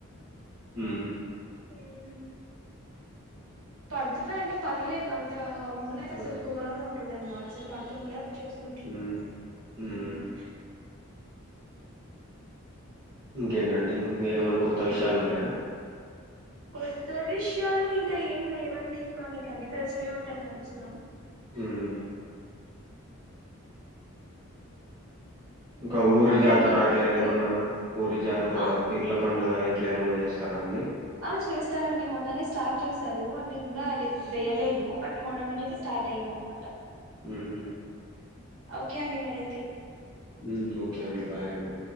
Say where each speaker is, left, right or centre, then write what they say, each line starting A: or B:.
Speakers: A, on the right; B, on the right.
A: హూమ్
B: ఉమ్ పడుతున్నాయండి పర్లేదు అంతా ముందయితే
A: మ్మ్
B: అసలు ఘోరంగా ఉంటుండే అన్నమాట అసలు పడుతుండలే అప్పుడు చేస్తుంటడు
A: మ్మ్ మ్మ్
B: ఉమ్
A: ఇంకేంటండి ఇంకేమన్నా కొత్త
B: ఇంకేంటండి
A: విషయాలు ఉన్నాయా
B: కొత్త విషయాలు ఇంకా ఏం లేవండి ఇంకా మీకు అన్నీ తెలుసు ఏ ఉంటాయి మంచిగా
A: హ్మ్ ఇంకా ఊరి
B: సరే
A: జాతర
B: అండి మరైతే
A: ఇట్లా ఏమన్నా ఊరి జాతర
B: ఆ
A: పీర్ల పండగ ఇట్లా ఏమన్నా చేస్తారా అండి
B: ఆ చేస్తారండి మొన్ననే స్టార్ట్ చేశారు అంటే ఇ వేయలేదు బట్ మొన్నటి నుంచి అయితే స్టార్ట్ అయింది అన్నమాట
A: ఉహు
B: ఓకే అండి మరి
A: ఉమ్ ఓకే అండి బాయ్ అండి